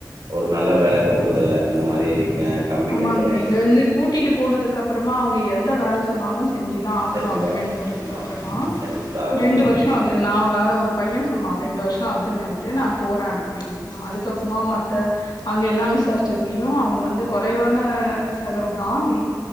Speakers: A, on the right; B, on the left.
A: ஒரு நல்ல வேல குடுக்குறதில்ல இந்த மாரி க கம்பி
B: ஆமாங்க
A: கட்டுறது
B: இங்க வந்து கூட்டிட்டு போனதுக்கப்றம் மா அவுங்க எந்த வேல சொன்னாலு செஞ்சு தா ஆகணு
A: செஞ்சுதா
B: அக்ரிமெண்ட் போட்டதுக்கு
A: ஆமா
B: அப்பறமா
A: செஞ்சுதா ஆகணு
B: ரெண்டு வருஷோ ஆகுது நா வேற ஒரு பையன் சொன்னா ரெண்டு வருஷம் அக்ரிமெண்ட் ட்டு நா போறே அப்படின் அதுக்கப்புறமா மத்த அங்க எல்லாம் விசாரிச்சதுலயும் அவுங்க குறைவான செலவு தா ம்